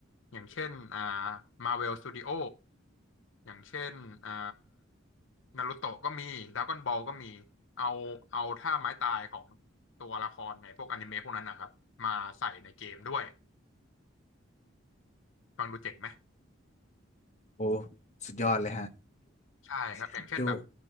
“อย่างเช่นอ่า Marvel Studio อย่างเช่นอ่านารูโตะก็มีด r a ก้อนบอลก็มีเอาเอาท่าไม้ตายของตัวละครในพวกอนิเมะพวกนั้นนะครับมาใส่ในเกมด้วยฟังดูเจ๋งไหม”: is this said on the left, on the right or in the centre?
Left